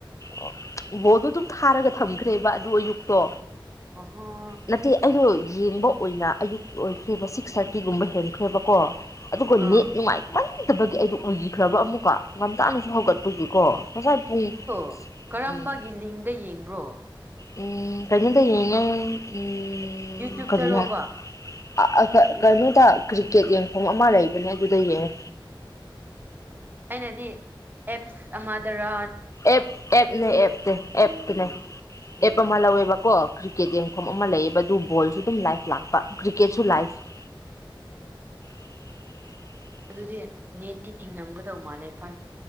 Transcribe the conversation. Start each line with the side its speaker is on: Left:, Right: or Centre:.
Left: ꯑꯣ ꯕꯣꯜꯗꯣ ꯑꯗꯨꯝ ꯊꯥꯔꯒ ꯊꯝꯈ꯭ꯔꯦꯕ ꯑꯗꯨ ꯑꯌꯨꯛꯇꯣ
Right: ꯑꯥꯍꯥ
Left: ꯅꯠꯇꯦ ꯑꯩꯗꯣ ꯌꯦꯡꯕ ꯑꯣꯏꯅ ꯑꯌꯨꯛ ꯑꯣꯏꯈ꯭ꯔꯦꯕ ꯁꯤꯛꯁ ꯊꯥꯔꯇꯤꯒꯨꯝꯕ ꯍꯦꯟꯈ꯭ꯔꯦꯕꯀꯣ ꯑꯗꯨꯒ
Right: ꯑꯥ
Left: ꯅꯦꯠ ꯅꯨꯡꯉꯥꯏꯃꯟꯗꯕꯒꯤ ꯑꯩꯗꯣ ꯑꯨꯏꯈ꯭ꯔꯕ ꯑꯃꯨꯛꯀ ꯉꯝꯇꯥꯅꯁꯨ ꯍꯧꯒꯠꯄꯒꯤꯀꯣ ꯉꯁꯥꯏ ꯄꯨꯡ
Right: ꯑꯣ ꯀꯔꯝꯕꯒꯤ
Left: ꯎꯝ
Right: ꯂꯤꯡꯗ ꯌꯦꯡꯕ꯭ꯔꯣ
Left: ꯎꯝ ꯀꯩꯅꯣꯗ ꯌꯦꯡꯉꯦ ꯎꯝ
Right: ꯌꯨꯇ꯭ꯌꯨꯕꯇꯔꯣꯕ
Left: ꯀꯔꯤ ꯍꯥꯏ ꯑꯥ ꯑꯥ ꯀ ꯀꯔꯤꯗ ꯀ꯭ꯔꯤꯀꯦꯠ ꯌꯦꯡꯐꯝ ꯑꯃ ꯂꯩꯕꯅꯦ ꯑꯗꯨꯗ ꯌꯦꯡꯉꯦ
Right: ꯑꯩꯅꯗꯤ ꯑꯦꯞꯁ ꯑꯃꯗꯔꯥ
Left: ꯑꯦꯞ ꯑꯦꯞ ꯅꯦ ꯑꯦꯞꯇꯦ ꯑꯦꯞꯇꯨꯅꯦ
Right: ꯎꯝ
Left: ꯑꯦꯄ ꯑꯃ ꯂꯧꯋꯦꯕ ꯀꯣ ꯀ꯭ꯔꯤꯛꯀꯦꯠ ꯌꯦꯡꯐꯝ ꯑꯃ ꯂꯩꯌꯦꯕ ꯑꯗꯨ ꯕꯣꯜꯁꯨ ꯑꯗꯨꯝ ꯂꯥꯏꯐ ꯂꯥꯛꯄ ꯀ꯭ꯔꯤꯛꯀꯦꯠꯁꯨ ꯂꯥꯏꯐ <inaudible> <unintelligible>
Right: ꯑꯗꯨꯗꯤ ꯅꯦꯠꯇꯤ ꯇꯤꯡꯂꯝꯒꯗꯧ ꯃꯥꯜꯂꯦ ꯐꯥꯏꯚ